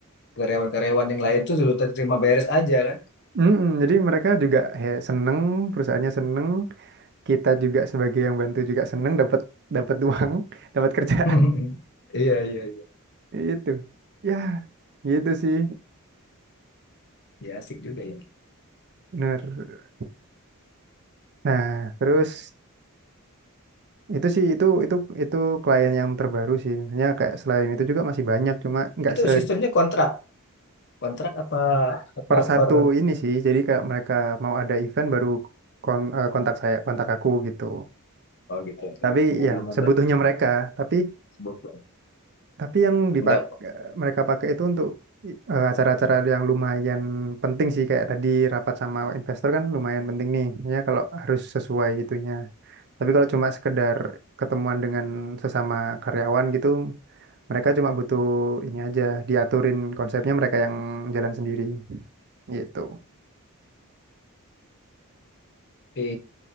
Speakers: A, on the left (about 50°); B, on the right (about 50°).
A: karyawan-karyawan yang lain tuh sudah terima beres aja kan.
B: mm-mm. Jadi mereka juga he, seneng, perusahaannya seneng, kita juga sebagai yang bantu juga seneng, dapat dapat uang, <laughs> dapat kerja.
A: <laughs> Iya, iya, iya.
B: Itu, ya, gitu sih,
A: Ya, asik juga ya.
B: bener. Nah, terus itu sih itu itu itu klien yang terbaru sih. Hanya kayak selain itu juga masih banyak, cuma nggak
A: Itu
B: se
A: sistemnya kontrak. Kontrak apa apa
B: per satu
A: per
B: ini sih. Jadi kayak mereka mau ada event baru kon- eh, kontak saya, kontak aku gitu.
A: Oh gitu.
B: Tapi
A: Enggak,
B: ya
A: belum
B: sebutuhnya
A: ada
B: mereka, tapi
A: sebut.
B: Tapi yang dipak-
A: Enggak.
B: mereka pakai itu untuk eh, acara-acara yang lumayan penting sih kayak tadi rapat sama investor kan lumayan penting nih ya kalau harus sesuai itunya. Tapi kalau cuma sekedar ketemuan dengan sesama karyawan gitu, mereka cuma butuh ini aja diaturin konsepnya mereka yang jalan sendiri gitu.
A: Tapi